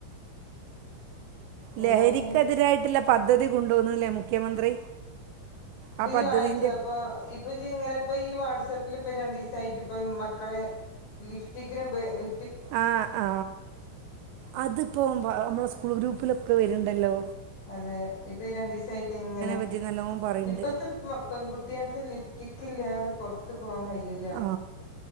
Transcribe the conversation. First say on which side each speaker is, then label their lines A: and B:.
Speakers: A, on the left (about 40°); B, on the right (about 80°).
A: ഏതായാലും
B: ലഹരിക്കെതിരായിട്ട്ള്ള
A: അയിന്
B: പദ്ധതി കൊണ്ടോന്നുല്ലേ മുഖ്യമന്ത്രി
A: ഇതില്
B: ആ പദ്ധതിൻ്റെ
A: വായിച്ചോ പ്പൊ ഇപ്പൊ ഇജ് ങ്ങനെ ഇപ്പം ഈ വാ ട്സപ്പിൽ ഇപ്പം രണ്ടുസായിട്ട് പ്പം മക്കളെ ലിഫ്റ്റിക്കിനെ ഉപ ലി
B: ആആ അതിപ്പോ മ്മളെ സ്കൂൾ ഗ്രൂപ്പി ലൊ ക്കെ വര്ണ്ടല്ലോ
A: അതെ ഇപ്പൊ ഈ രണ്ടീ സായിട്ട് ങ്ങനെ
B: പറ്റി നല്ലോണം പറയുന്നുണ്ട്
A: ഇപ്പത്തെ പെൺകുട്ടി യാൾക്ക് ലിഫ്റ്റിക്കില്ലാതെപുറത്ത് പോകാൻ കയൂല
B: ആ